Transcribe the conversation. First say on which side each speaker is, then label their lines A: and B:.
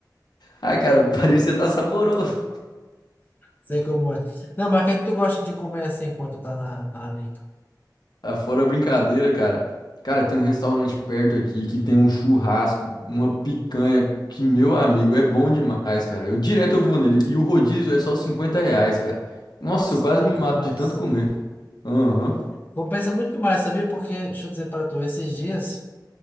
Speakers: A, on the left (about 70°); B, on the left (about 25°).
A: ah, cara, parecia estar tá saboroso.
B: Sei como é. Não, mas o que é que tu gosta de comer assim enquanto tá na, na larica?
A: Ah, fora a brincadeira, cara. Cara, tem um restaurante perto aqui que tem um churrasco, uma picanha que, meu amigo, é bom demais, cara. Eu direto eu vou nele. E o rodízio é só 50 reais, cara. Nossa,
B: Nossa,
A: eu quase
B: barato
A: me mato
B: demais.
A: de tanto comer. Aham.
B: Compensa muito mais, sabia? Porque, deixa eu dizer pra tu, esses dias